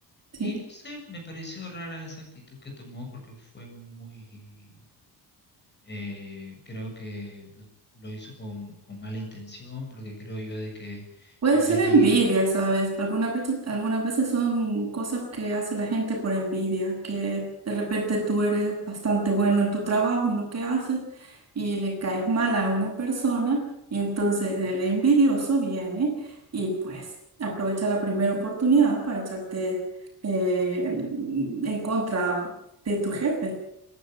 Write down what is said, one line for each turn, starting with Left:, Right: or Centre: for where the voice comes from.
Right: sí.
Left: Y no sé, me pareció rara esa actitud que tomó porque fue muy, eh, creo que lo, lo hizo con, con mala intención, porque creo yo de que
Right: Puede
Left: en
Right: ser
Left: vez
Right: envidia,
Left: de ir,
Right: ¿sabes? Algunas veces, algunas veces son cosas que hace la gente por envidia, que de repente tú eres bastante bueno en tu trabajo, en lo que haces, y le caes mal a una persona, y entonces el envidioso viene y pues aprovecha la primera oportunidad para echarte eh, en contra de tu jefe.